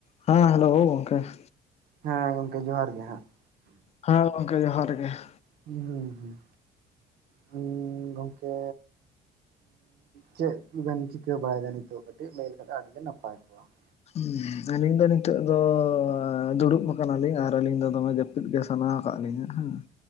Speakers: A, on the left; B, on the right.
A: ᱦᱮᱸ ᱦᱮᱞᱳ ᱜᱚᱝᱠᱮ ᱾
B: ᱦᱮᱸ ᱜᱚᱝᱠᱮ ᱡᱚᱦᱟᱨ ᱜᱮ ᱦᱟᱸᱜ ᱾
A: ᱦᱮᱸ ᱜᱚᱝᱠᱮ ᱡᱚᱦᱟᱨ ᱜᱮ ᱾
B: ᱦᱮᱸ ᱦᱮᱸ ᱦᱩᱸ ᱜᱚᱝᱠᱮ ᱪᱮᱫ ᱠᱚᱵᱮᱱ ᱪᱤᱠᱟᱹ ᱵᱟᱲᱟᱭᱮᱫᱟ ᱱᱤᱛᱚᱜ ᱠᱟᱹᱴᱤᱡ ᱞᱟᱹᱭ ᱞᱮᱠᱷᱟᱱ ᱟᱹᱰᱤ ᱜᱮ ᱱᱟᱯᱟᱭ ᱠᱚᱜᱼᱟ ᱾
A: ᱦᱩᱸ ᱟᱹᱞᱤᱧ ᱫᱚ ᱱᱤᱛᱚᱜ ᱫᱚ ᱫᱩᱲᱩᱵ ᱟᱠᱟᱱᱟᱞᱤᱧ ᱟᱨ ᱟᱹᱞᱤᱧ ᱫᱚᱢᱮ ᱡᱟᱹᱯᱩ ᱤᱫ ᱜᱮ ᱥᱟᱱᱟ ᱟᱠᱟᱫ ᱞᱤᱧᱟ ᱦᱮᱸ ᱾